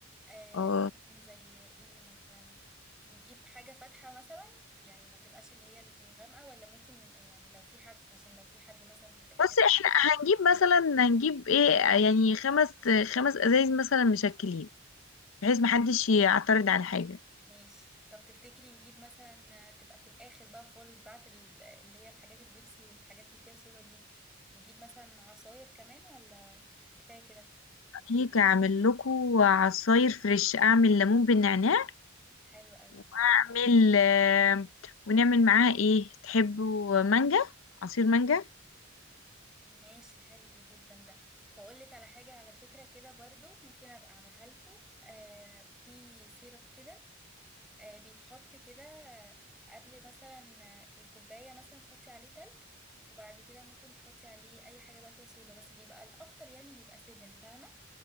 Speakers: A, in the centre; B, on the left.
A: آه
B: اه
A: مثلا زي ايه مثلا نجيب حاجة فاتحة مثلا يعني ما تبقاش اللي هي الغامقة ولا ممكن يعني لو في حد عشان لو في حد مثلا بيحب الحاجات
B: بس احنا هنجيب مثلا هنجيب ايه آه، يعني خمس خمس ازايز مثلا مشكلين بحيث محدش يعترض على حاجة
A: ماشي طب تفتكري نجيب مثلا تبقى في الاخر بقى خالص بعد ال- اللي هي الحاجات البيبسي والحاجات اللي فيها صودا دي نجيب مثلا عصاير كمان ولا كفاية كده
B: هيك اعمل لكم عصاير فريش اعمل ليمون بالنعناع
A: حلو قوي
B: واعمل آه، ونعمل معاها ايه تحبوا مانجا عصير مانجا
A: ماشي حلو جدا ده واقول لك على حاجة على فكرة كده برضو ممكن ابقى اعملها لكم آه في سيرب كده آه بيتحط كده آه، قبل مثلا آه، في الكوباية مثلا تحطي عليه تلج وبعد كده ممكن تحطي عليه اي حاجة بقى فيها صودا بس بيبقى الاكتر يعني بيبقى 7 فاهمة